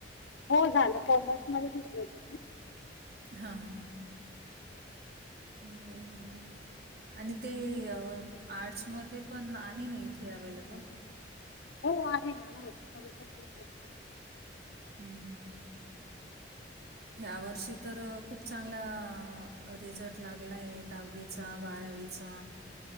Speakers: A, on the left; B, on the right.
A: हो झालं कॉमर्स मध्ये घेतलं त्यान
B: हां हां हां बरं बर. आणि ते आर्ट्समध्ये पण आहे ना इथे अवे्लेबल,
A: हो आहे ना, शकतो.
B: हम् हम. ह्या वर्षी तर खूप चांगला रिझल्ट लागलाय दहावी. बारावीचा